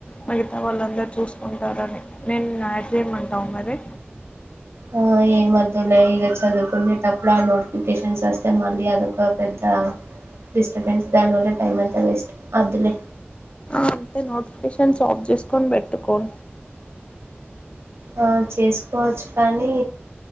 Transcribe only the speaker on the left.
మిగతా వాళ్ళందరుూ చూసుకుంటారని నేను నిన్ను యాడ్ చేయమంటావా మరి
అంటే నోటిఫికేషన్స్ ఆఫ్ చేసుకొని పెట్టుకోం